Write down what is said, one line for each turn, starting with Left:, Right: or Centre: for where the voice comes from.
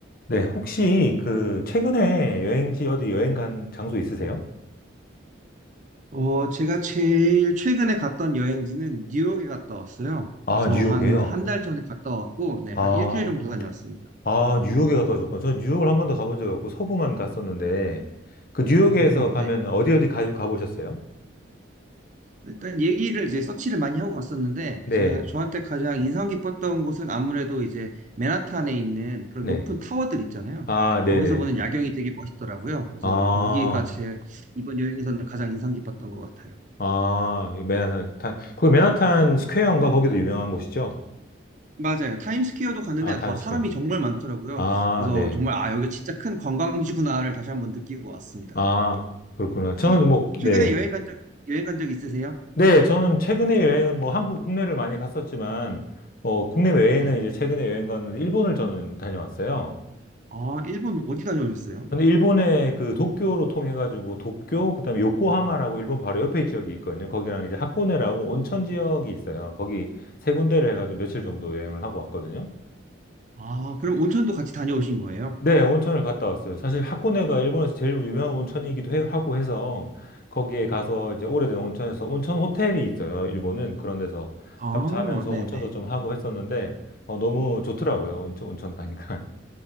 Left: 네, 혹시 그 최근에 여행지 어디 여행 간 장소 있으세요?
Right: 어, 제가 제일 최근에 갔던 여행지는 뉴욕에 갔다 왔어요.
Left: 아,
Right: 그래서
Left: 뉴욕이에요.
Right: 한, 한 달 전에 갔다 왔고, 네,
Left: 아,
Right: 한 일주일 정도 다녀왔습니다.
Left: 아, 뉴욕에 갔다 오셨구나. 저는 뉴욕을 한 번도 가본 적이 없고 서부만 갔었는데 그 뉴욕에서
Right: 음,
Left: 가면
Right: 네.
Left: 어디 어디 가, 가보셨어요?
Right: 일단 얘기를 이제 서치를 많이 하고 갔었는데,
Left: 네,
Right: 제, 저한테 가장 인상 깊었던 곳은 아무래도 이제 맨하탄에 있는 그런
Left: 네.
Right: 높은 타워들 있잖아요.
Left: 아,
Right: 거기서
Left: 네네.
Right: 보는 야경이 되게 멋있더라고요. 그래서
Left: 아,
Right: 거기가 제 이번 여행에서는 가장 인상 깊었던 것 같아요.
Left: 아, 이 맨하탄, 탄- 거기 맨하탄 스퀘어인가? 거기도 유명한 곳이죠?
Right: 맞아요. 타임스퀘어도 갔는데
Left: 아,
Right: 아,
Left: 타임스퀘어.
Right: 사람이 정말 많더라고요.
Left: 아,
Right: 그래서
Left: 네.
Right: 정말 아 여기 진짜 큰 관광지구나를 다시 한 번 느끼고 왔습니다.
Left: 아, 그렇구나.
Right: 혹시
Left: 저는 뭐, 네.
Right: 최근에 여행 간 적, 여행 간 적 있으세요?
Left: 네, 저는 최근에 여행은 뭐 한국 국내를 많이 갔었지만, 어, 국내 외에는
Right: 네.
Left: 이제 최근에 여행 갔는데, 일본을 저는 다녀왔어요.
Right: 아, 일본 어디 다녀오셨어요?
Left: 근데 일본의 그 도쿄로 통해가지고, 도쿄, 그다음에 요코하마라고 일본 바로 옆에 지역이 있거든요. 거기랑 이제 하코네라고 온천 지역이 있어요. 거기 세 군데를 해가지고 며칠 정도 여행을 하고 왔거든요.
Right: 아, 그럼 온천도 같이 다녀오신 거예요?
Left: 네, 온천을 갔다 왔어요. 사실 하코네가 일본에서 제일 유명한 온천이기도 해- 하고 해서 거기에 가서 이제 오래된 온천에서 온천 호텔이 있어요. 일본은 그런 데서
Right: 아,
Left: 하루 자면서
Right: 네네.
Left: 온천도 좀 하고 했었는데 어, 너무 좋더라고요. 온천, 온천 가니까.